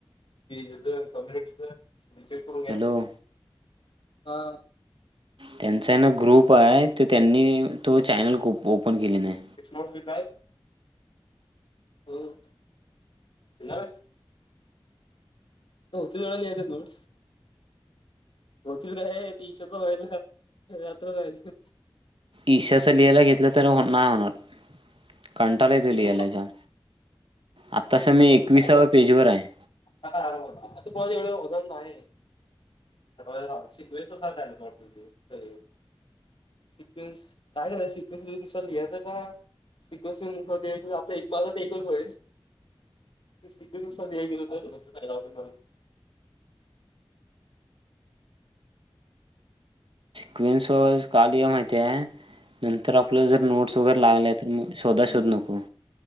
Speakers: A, on the left; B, on the right.
A: ते हेच कमिनुटीच <unintelligible> घ्या नको हा,
B: हॅलो त्यांचा ना ग्रुप आहे त त्यांनी तो, चॅनल ओपन केले नाही,
A: इट्स नॉट <unintelligible> हो येणार आहेस, घाव तेल तेवढ्या दयच्या, नोटस वकिल काय <unintelligible> रात्र जाय, च
B: ईशाच लिहायला घेतलं तर, नाही होणार कंटाला येत लिहायला
A: इच्छाच
B: जाम, आतास मी
A: हम्म
B: एकविसाव्या
A: आता
B: पेजवरर आहे,
A: <unintelligible> होणार नाही आहे, शिकायचं राहूदे, शिकवेस <unintelligible> तससगळी, सिक्विनस काय करायच, सिक्विन्स तुमच्याला लिहायचं का? सिक्वेन्स मध्ये आपल, एक माझा ते एकच होईल. सिक्विनस नुसार द्या गेल तर,
B: क्विन्सवाईस का आले, माहिती आहे. नंतर आपल्या जर नोट्स वगैरे, लागले तर मग शोधा शोध नको.